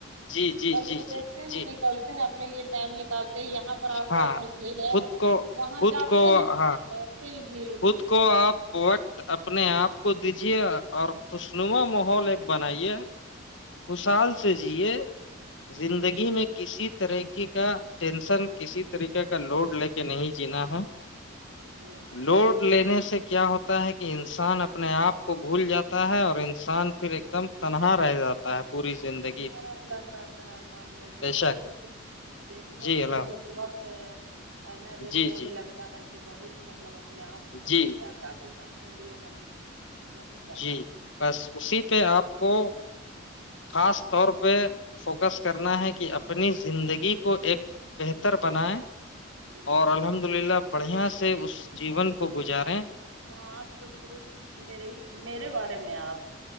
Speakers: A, on the left (about 60°); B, on the right (about 90°).
A: جی جی
B: کل
A: جی
B: سے
A: جی
B: دیکھتے ہیں
A: جی
B: نکلتے ہیں لیے ٹائم نکال یہاں پر آس
A: ہاں
B: پاس میں جھیل ہے
A: خود کو
B: وہاں
A: خود
B: جاتے
A: کو
B: ہیں
A: ہاں
B: دوڑتے ہی جھیل ان
A: خود
B: میں
A: کو آپ وقت اپنے آپ آپ کو دیجیے اور خوشنما ماحول ایک بنائیے خوشال سے جیے زندگی
B: جی
A: میں کسی طریقے کا ٹینشن کسی طریقے کا لوڈ لے کے نہیں جینا ہے
B: جی ہاں
A: لوڈ لینے سے کیا ہوتا ہے کہ انسان اپنے
B: ہ
A: آپ کو بھول جاتا ہے اورنج انسان پھر ایک دم تنہا رہ جاتا ہے پوری زندگی
B: تنہا رہ جاتا ہے اور مان لیا دیکھتے
A: بے شک
B: ہیں تو دیکھنے
A: جی
B: میں
A: اللہ
B: بہت وقت ہے اینا دیکھنے
A: جی جی
B: میں لگتا ہے کہ بہت مطلب اپنے آپ کو ہم
A: جی
B: کیا تھا کچھ اپ اپنے لیے ہم نہیں کر
A: جی
B: پائے
A: بس اسی پہ آپ کو خاص طور پہ فوکس کرنا ہے کہ اپنی زندگی کو ایک بہتر بنائے
B: جی ہاں
A: اور الحمد للہ بڑھیا سے
B: ہاں
A: اس جیون کو گزارے
B: ہاں تو صرف میرے ہی میرے بارے میں آپ